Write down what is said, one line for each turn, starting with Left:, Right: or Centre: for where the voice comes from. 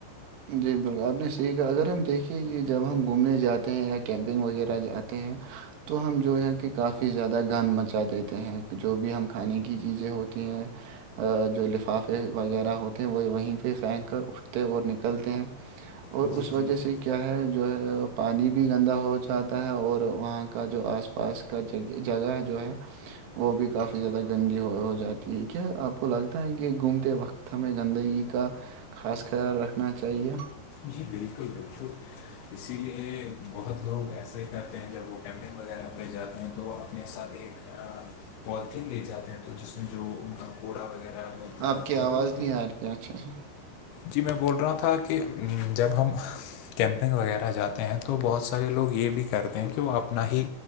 Right: جی بالکل آپ نے سیہی کہا اگر ہم دیکھے کے جب ہم گھومنے جاتے ہیں یا کیمپنگ وغیرہ جاتے ہیں تو ہم جو ہے کہ کافی زیادہ گان مچا دیتے ہیں جو بھی ہم کھانے کی چیزیں ہوتی ہیں جو لفافے وغیرہ ہوتے ہیں وہ وہیں پہ پھینک کر اٹھتے اور نک نکلتے ہیں اور
Left: جی
Right: اس وجہ
Left: جی بولیے
Right: سے کیا ہے جو ہے پانی بھی گندا ہو جاتا ہے اور وہاں کا جو آس پاس کا جگہ جو ہے وہ بھی کافی زیادہ گندی ہو جاتی ہے کیا آپ کو لگتا ہے کہ گھومتے وقت ہمیں گندگی کا خاص خیال رکھنا چاہیے
Left: جی بالکل بالکل اسی لیے بہت لوگ ایسا ہی کرتے ہیں جب وہ کیمپنگ وغیرہ پہ جاتے ہیں تو اپنے ساتھ ایک پالتھیین لے جاتے ہیں تو جس میں جو ان کا کوڑا وغیرہ ملتا
Right: آپ
Left: ہے
Right: کی
Left: تو
Right: آواز
Left: وہ پھر
Right: نہیں آ رہی ہے اچھے سے
Left: جی میں بول رہا تھا کہ جب ہم کیمپنگ وغیرہ جاتے ہیں تو بہت سارے لوگ یہ بھی کرتے ہیں کہ وہ اپنا ہی